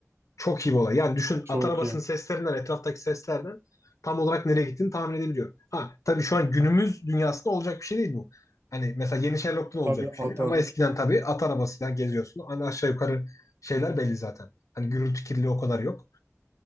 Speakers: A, on the left; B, on the right.
A: çok iyi bir olay. Yani düşün
B: çok
A: at arabasının
B: iyi.
A: seslerinden, etraftaki seslerden tam olarak nereye gittiğini tahmin edebiliyor. Ha tabii şu an günümüz dünyasında olacak bir şey değil bu. Hani mesela yeni Sherlock'ta da
B: Tabii
A: olacak bir şey
B: atar
A: değil. Ama eskiden tabii at arabasıyla geziyorsun. Hani aşağı yukarı şeyler belli zaten. Hani gürültü kirliliği o kadar yok.